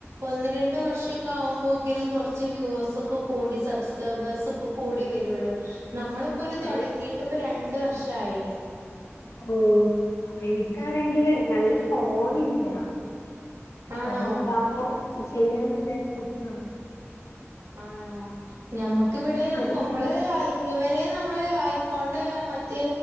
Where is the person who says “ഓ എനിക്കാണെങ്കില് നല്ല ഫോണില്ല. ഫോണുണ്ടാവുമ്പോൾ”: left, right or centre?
Left